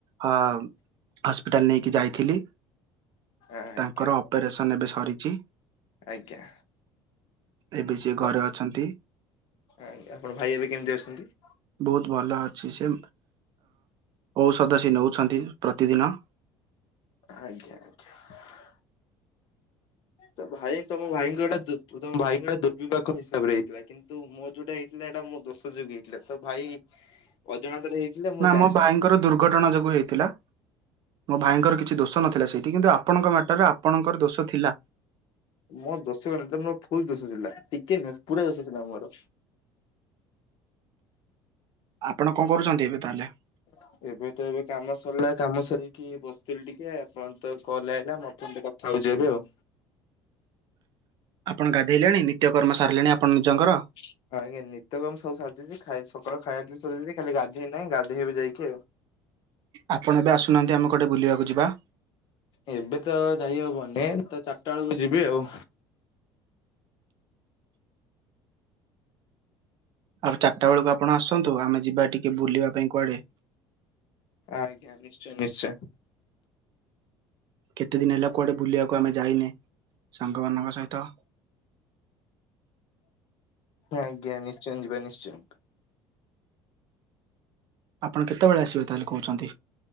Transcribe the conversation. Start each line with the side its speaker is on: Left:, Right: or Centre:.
Right: ହ ହସ୍ପିଟାଲ ନେଇକି ଯାଇଥିଲି,
Left: ଆଜ୍ଞା
Right: ତାଙ୍କର ଅପରେସନ ଏବେ ସରିଚି।
Left: ଆଜ୍ଞା।
Right: ଏବେ ସିଏ
Left: ତ
Right: ଘରେ ଅଛନ୍ତି
Left: ଆଜ୍ଞା ଆପଣ ଭାଇ ଏବେ କେମିତି ଅଛନ୍ତି?
Right: ବହୁତ ଭଲ ଅଛି ସେ ଔଷଧ ସେ ନେଉଛନ୍ତି ପ୍ରତିଦିନ।
Left: ଆଜ୍ଞା ଆଜ୍ଞା। ତ ଭାଇ ତମ ଭାଇଙ୍କ ଏଟା ତମ ଭାଇଙ୍କର ଦୁର୍ବିପାକ ହିସାବରେ ହେଇଥିଲା କିନ୍ତୁ କିନ୍ତୁ ମୋ ଯୋଉଟା ହେଇଥିଲା ଏଇଟା ମୋ ଦୋଷ ଯୋଗୁ ହେଇଥିଲା। ତ ଭାଇ ଅଜାଣତରେ ହେଇଥିଲା ମୁଁ
Right: ନା
Left: ଜାଣି
Right: ମୋ ଭାଇଙ୍କର ଦୁର୍ଘଟଣା ଯୋଗୁ ହେଇଥିଲା। ମୋ ଭାଇଙ୍କର କିଛି ଦୋଷ ନଥିଲା ସେଇଠି କିନ୍ତୁ ଆପଣଙ୍କ ମ୍ୟାଟରେ ଆପଣଙ୍କର ଦୋଷ ଥିଲା।
Left: ମୋ ଦୋଷ <unintelligible> ଫୁଲ୍ ଦୋଷ ଥିଲା ଟିକେ ନୁହଁ ପୁରା ଦୋଷଥିଲା ମୋର।
Right: ଆପଣ କଣ କରୁଛନ୍ତି ଏବେ ତାହେଲେ?
Left: ହ ଏବେ ତ ଏବେ କାମ ସରିଲା କାମ ସରିକି ବସିଥିଲି ଟିକେ ଆପଣ ତ କଲ୍ ଆଇଲା ମ ଖାଉଛି ଏବେ ଆଉ।
Right: ଆପଣ ଗାଧେଇଲେଣି ନିତ୍ୟ କର୍ମ ସାରିଲେଣି ଆପଣ ନିଜଙ୍କର।
Left: ହଁ ଆଜ୍ଞା ନିିତ୍ୟ ବି ଆଁ ସବୁ ସାରିଦେଇଛି ଖାଇ ସକାଳୁ ଖାଇବା ବି ସରିଛି ଖାଲି ଗାଧେଇ ନାହିଁ ଗାଧେଇ ଯାଇକି ଆଉ।
Right: ଆପଣ ଏବେ ଆସୁନାହାନ୍ତି ଆମେ କୋଟେ ବୁଲିବାକୁ ଯିବା?
Left: ଏବେ ତ ଯାଇହବନି ତ ଚାରିଟା ବେଳକୁ ଯିବି ଆଉ।
Right: ଆଉ ଚାରିଟା ବେଳକୁ ଆପଣ ଆସନ୍ତୁ ଆମେ ଯିବା ଟିକେ ବୁଲିବା ପାଇଁ କୁଆଡେ?
Left: ଆଜ୍ଞା ନିଶ୍ଚୟ ନିଶ୍ଚୟ।
Right: କେତେ ଦିନ ହେଲା କୁଆଡ଼େ ବୁଲିବାକୁ ଆମେ ଯାଇନେ ସାଙ୍ଗମାନଙ୍କ ସହିତ।
Left: ଆଜ୍ଞା ନିଶ୍ଚୟ ଯିବା ନିଶ୍ଚୟ।
Right: ଆପଣ କେତେବେଳେ ଆସିବେ ତାହେଲେ କହୁଛନ୍ତି?